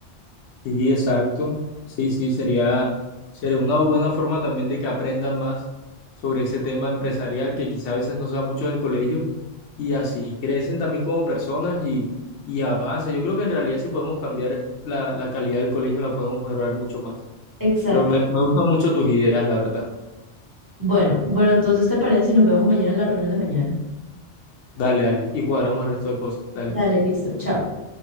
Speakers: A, on the left (about 70°); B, on the right (about 15°).
A: Sí, exacto. Sí, sí, sería, sería una buena forma también de que aprendan más sobre ese tema empresarial que quizá a veces no se da mucho en el colegio y así crecen también como personas y, y avanzan. Yo creo que en realidad si podemos cambiar la, la calidad del colegio, la podemos mejorar mucho más.
B: Exacto.
A: Pero me, me gustan mucho tus ideas, la verdad.
B: Bueno, bueno, entonces ¿te parece si nos vemos mañana en la reunión de mañana?
A: Dale, dale. Y cuadramos el resto de cosas. Dale.
B: Dale, listo, chao.